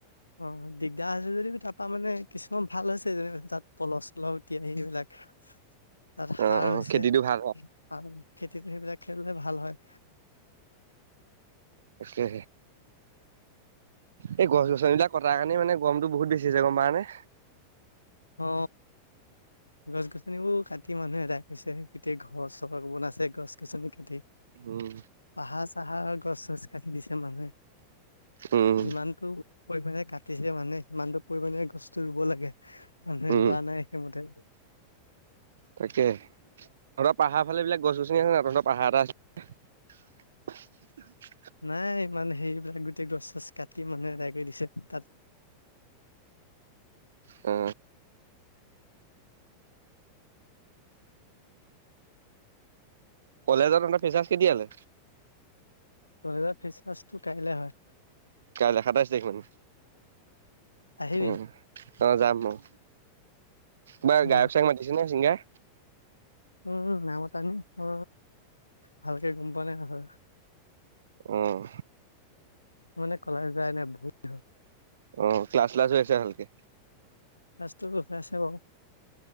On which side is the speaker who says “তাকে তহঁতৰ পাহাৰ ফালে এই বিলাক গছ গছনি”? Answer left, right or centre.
Right